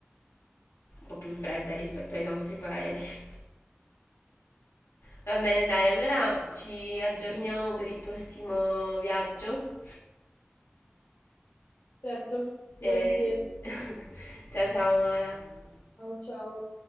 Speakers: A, on the left; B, on the left.
A: po' più fredda rispetto ai nostri paesi. Va bene, dai, allora ci aggiorniamo per il prossimo viaggio.
B: Certo, volentieri.
A: E... <laughs> Ciao ciao Mara.
B: Ciao, ciao.